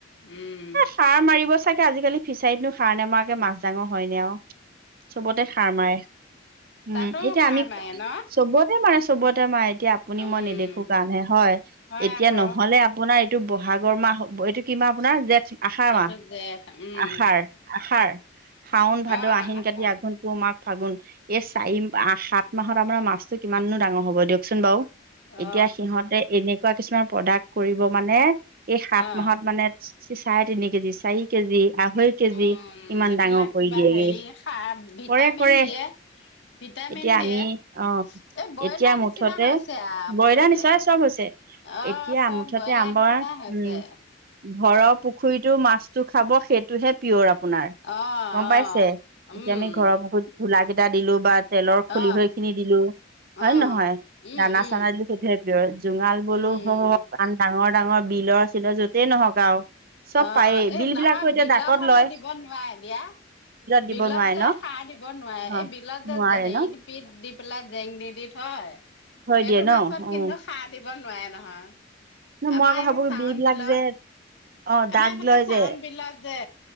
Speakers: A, on the left; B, on the right.
A: উম
B: সাৰ মাৰিব চাগে আজিকালি ফিচাৰীতনো সাৰ নোমাৰাকে মাছ ডাঙৰ হয় নে আৰু চবতে সাৰ মাৰে উম,
A: তাতো
B: এতিয়া
A: সাৰ
B: আমি
A: মাৰে ন
B: চবতে মাৰে, চবতে মাৰে, এতিয়া আপুনি
A: উম
B: মই নেদেখো কাৰণ হে হয়।
A: হয়
B: এতিয়া
A: আকৌ
B: নহলে আপোনাৰ এইটো ব'হাগৰ মাহ, এইটো কি মাহ আপোনাৰ যে আষাৰ
A: এইটো
B: মাহ,
A: জেঠ উম
B: আষাৰ। আষাৰ, শাওন, ভাদ,
A: অ
B: আহিন,
A: আশা
B: কাতি, আঘণ, পুহ, মা ফাগুন, এই চাৰি, সাত মাহত আপোনাৰ মাছটো কিমাননো ডাঙৰ হ'ব দিয়কচোন বাৰু।
A: অ
B: এতিয়া সিহঁতে এনেকুৱা কিছুমান প্ৰডাক্ট কৰিব মানে এই সাত
A: অ
B: মাহত মানে চাৰে তিনি কেজি চাৰি কেজি আঢ়ৈ কেজি
A: উম
B: ইমান
A: এইবিলাক
B: ডাঙৰ কৰি
A: কিবা
B: দিয়েগে
A: হেৰি সাৰ ভিটামিন
B: কৰে কৰে
A: দিয়ে ভিটামিন
B: এতিয়া
A: দিয়ে
B: আমি অ
A: এই ব্ৰইলাৰ
B: এতিয়া
A: নিচিনা
B: মুঠতে
A: হৈছে আৰু মুঠতে
B: বইলাৰ নিচয় চব হৈছে
A: অ
B: এতিয়া
A: চব
B: মুঠতে
A: ব্ৰইলাৰ
B: আমাৰ
A: নিচিনা হৈছে
B: উম ঘৰৰ পুখুৰ পুখুৰীটো মাছটো খাব সেইটোহে পিয়'ৰ আ আপোনাৰ
A: অ অ
B: গম পাইছে এতিয়া
A: উম
B: আমি ঘৰৰ মুখুত ধোলা কেইটা দিলো বা তেলৰ খল
A: অ
B: হৈ খিন নি দিলো হয়ে
A: অ উম
B: নহয় দানা
A: উম
B: চানা দিলো সেইটোহে প্ৰিয়ৰ জোঙাল বোলো
A: উম
B: সহ আন ডাঙৰ ডাঙৰ বিলৰ চিলৰ য'তেই নহক আৰু চব
A: অ
B: পায়েই
A: এই
B: বিল
A: নহয়
B: বিলাকো এতিয়া
A: বিলত
B: ডাকত
A: হলেত
B: লয়
A: দিব নোৱাৰে দিয়া
B: দিব
A: বিলত
B: নোৱাৰে
A: যে
B: ন
A: সাৰ দিব নোৱাৰে
B: অ
A: এই বিলত যে
B: নোৱাৰে
A: যে হেপ
B: ন
A: দি পেলাই জেং দি দি থয়
B: থৈ
A: সেইটো
B: দিয়ে ন
A: মাছত
B: অ
A: কিন্তু সাৰ দিব নোৱাৰে নহয়
B: ন মই
A: আমাৰ
B: আকৌ ভাবো কি
A: চাওন
B: বিবিলাক
A: বিলত
B: যে অ
A: আমাৰ
B: দাগ
A: এইফালে
B: লয়
A: চাউন
B: যে
A: বিলত যে